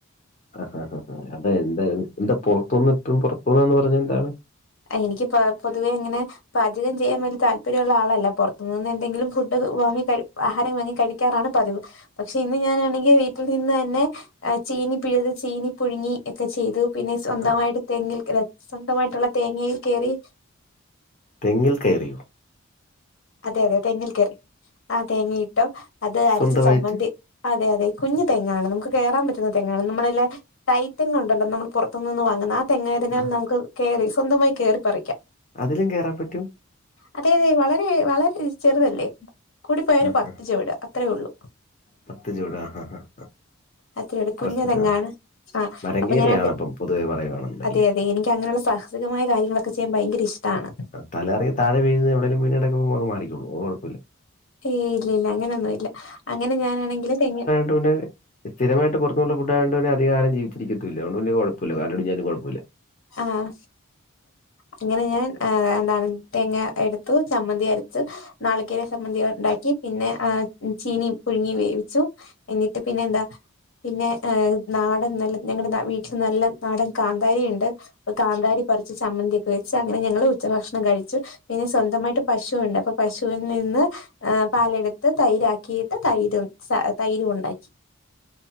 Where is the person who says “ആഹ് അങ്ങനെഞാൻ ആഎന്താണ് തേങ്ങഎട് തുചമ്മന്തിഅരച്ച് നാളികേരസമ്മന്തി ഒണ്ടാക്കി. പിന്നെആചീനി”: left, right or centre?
Left